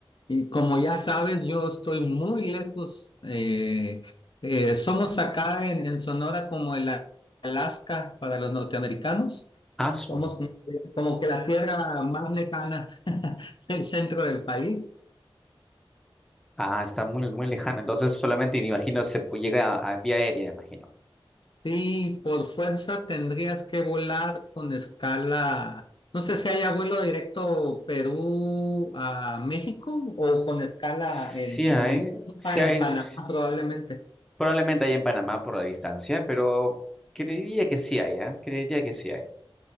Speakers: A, on the left (about 55°); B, in the centre.
A: y como ya sabes, yo estoy muy lejos. eh, eh, somos acá en, en Sonora como el A- Alaska para los norteamericanos.
B: Ah, su-
A: Somos como, como que la tierra más lejana <laughs> del centro del país.
B: ah, está muy, muy lejano. Entonces solamente imagino se pu- llega a, a vía aérea, imagino.
A: Sí, por fuerza tendrías que volar con escala. No sé si haya vuelo directo Perú a México o con escala
B: Sí
A: en,
B: hay,
A: en
B: sí
A: en
B: hay,
A: Panamá
B: s-
A: probablemente.
B: probablemente hay en Panamá por la distancia, pero creería que sí hay, ¿ah? Creería que sí hay.